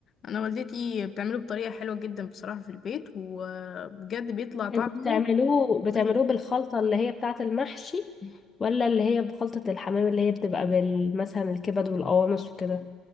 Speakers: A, on the left; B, on the left.
A: انا والدتي بتعمله بطريقة حلوة جدا بصراحة في البيت وبجد بيطلع طعمه
B: انتوا بتعملوه بتعملوه
A: خطير
B: بالخلطة اللي هي بتاعة المحشي ولا اللي هي بخلطة الحمام اللي هي بتبقى بال- مثلا الكبد والقوانص وكده